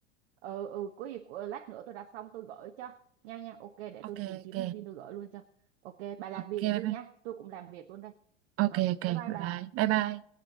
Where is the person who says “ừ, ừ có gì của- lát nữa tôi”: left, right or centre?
Right